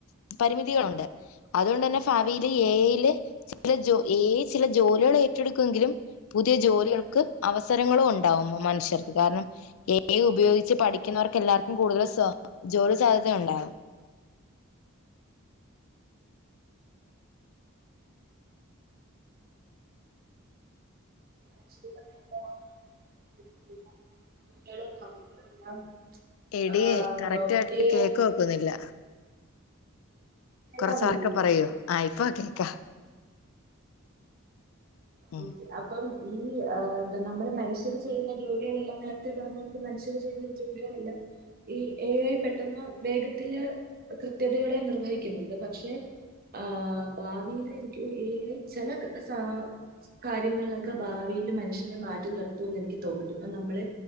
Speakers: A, on the left; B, on the right.
A: പരിമിതികളുണ്ട് അതുകൊണ്ട് തന്നെ ഫാവി എ ഐ യിൽ ചില ജോലികൾഎ ഐ ജോലി ഏറ്റെടുക്കുമെങ്കിലും പുതിയ ജോലികൾക്ക് അവസരങ്ങളും ഉണ്ടാവും മനുഷ്യർക്ക് കാരണം ഏഐ ഉപയോഗിച്ച് പഠിക്കുന്നവർക്ക് എല്ലാവർക്കും കൂടുതൽ ജോലി സാധ്യത ഉണ്ടാവും.
B: <inaudible>
A: എടീ
B: എന്തോ
A: കറക്റ്റ് ആയിട്ട്
B: ഏ
A: കേക്കാൻ ഒക്കുന്നില്ല.
B: കേൾക്കാൻ
A: കൊറച്ചാറൊക്കെ
B: വയ്യേ
A: പറയൂ ആ ഇപ്പ കേക്കാ. ഉം
B: ഓക്കെ അ. ഇപ്പം ഈ എന്താ നമ്മള് മനുഷ്യര് ചെയ്യുന്ന ജോലികളെല്ലാം നേരത്തെ പറക്ക് മനുഷ്യര് ചെയ്യുന്ന. ജോലികളല്ല. ഈ ഏ ഐ പെട്ടെന്ന് വേഗത്തിലെ കൃത്യതകളെ നിർവഹിക്കുന്നുണ്ട് പക്ഷെ. ആഹ് ഭാവില് എനിക്ക് ഏ ചില സാ കാര്യങ്ങളിലൊക്കെ ഭാവിയില് മനുഷ്യനെ മാറ്റി നിർത്തുന്ന് എനിക്ക് തോന്നുന്നുണ്ട് ഇപ്പൊ നമ്മള്.